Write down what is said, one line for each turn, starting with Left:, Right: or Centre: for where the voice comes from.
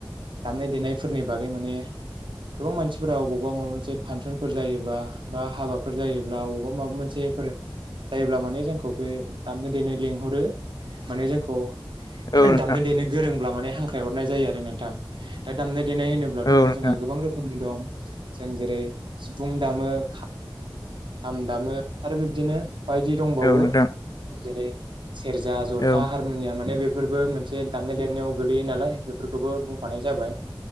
Right: दामनाय देनायफोरनि बागै माने गोबां मानसिफोरा अबावबा माबा मोनसे फांसनफोर जायोबा बा बा हाबाफोर जायोब्ला अबावबा माबा मोनसेफोर जायोब्ला माने जोंखौ बे दामनो देनो लेंंहरो माने जोंखौ
Left: औ नोंथां
Right: दामनो देनो गोरोंब्ला माने हांख्राय हरनाय जायो आरो नोंथां दा दामनो दामनाय देनाय होनोब्लाथ'
Left: औ नोंथां
Right: जोंहा गोबां रोखोमनि दं जों जेरै सिफुं दामो खाम दामो आरो बिब्दिनो बायदि दंबावो
Left: औ नोंथां
Right: जेरै सेरजा जथा
Left: औ
Right: हारमुनियाम माने बे बेफोरबो मोनसे दामनाय देनायाव गोल्लैयो नालाय बेफोरखौबो बुंफानाय जाबाय